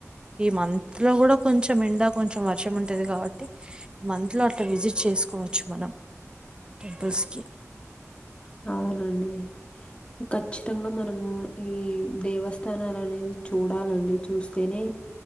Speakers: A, on the right; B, on the left.
A: ఈ మంత్ లో కూడా కొంచెం ఎండా కొంచెం వర్షం ఉంట ఉంటది కాబట్టి మంత్ లో అట్లా విజిట్ చేసుకోవచ్చు మనం టెంపుల్స్కి
B: అవునండి ఖచ్చితంగా మనము ఈ దేవస్థానాలు అనేది చూడాలండి చూస్తేనే